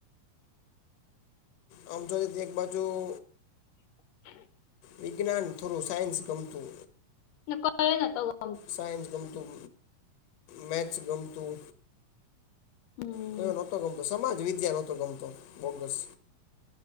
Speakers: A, on the left; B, on the left.
A: આમ જોઈએ એક બાજું
B: <inaudible>
A: વિજ્ઞાન થોડું સાયન્સ ગમતું.
B: <unintelligible>
A: સાયન્સ ગમતું મેક્સ ગમતું.
B: હમ.
A: કયો નોતો ગમતો સમાજ વિદ્યાયા નહોતો ગમતો બોગસ.